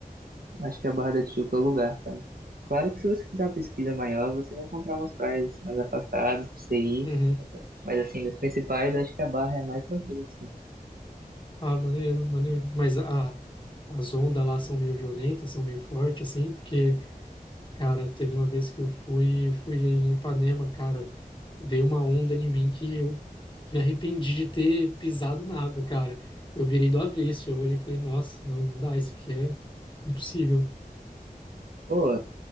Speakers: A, on the right (about 75°); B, on the left (about 30°).
A: acho que a Barra da Tijuca é o lugar, sabe? Claro que se você fizer uma pesquisa maior, você vai encontrar umas praias mais afastadas pra você ir.
B: uhum.
A: Mas, assim, das principais, acho que a Barra é mais tranquila, assim.
B: Ah, maneiro, maneiro. Mas a, as ondas lá são meio violentas, são meio fortes, assim, porque... Cara, teve uma vez que eu fui, eu fui em Ipanema, cara, dei uma onda em mim que eu me arrependi de ter pisado na água, cara. Eu virei do avesso, eu olhei e falei, nossa, não, não dá, isso aqui é impossível.
A: Pô,